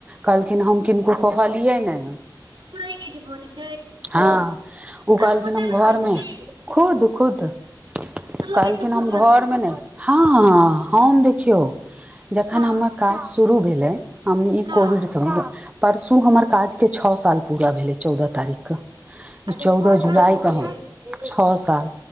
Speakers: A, on the right (about 15°); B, on the right (about 80°).
A: कहलखिन हम किनको कहलियै न
B: मुरैय केँ जे बनय छै
A: हँ ओ
B: अहाँ
A: कहलखिन
B: खुदे
A: हम
B: बनबै
A: घर में
B: छी
A: खुद खुद <inaudible>
B: मतलब
A: कहलखिन
B: ई सब खुद
A: हम
B: बन
A: घर में नै हाॅं हम देखियौ जखन
B: हँ
A: हमर काज शुरू भेलै हम ई
B: हँ
A: कोविडसँ परसू हमर काज केँ छओ साल पूरा भेलै चौदह तारीख चौदह
B: अच्छा छओ साल
A: जुलाई
B: हो
A: कऽ
B: गेल
A: हम छओ साल